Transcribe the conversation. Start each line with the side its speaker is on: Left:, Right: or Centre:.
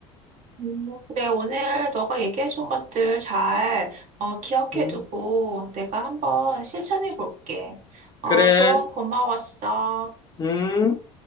Right: 음, 그래, 오늘 너가 얘기해준 것들 잘 어, 기억해두고
Left: 음.
Right: 내가 한번 실천해 볼게. 어,
Left: 그래,
Right: 조언 고마웠어.
Left: 음.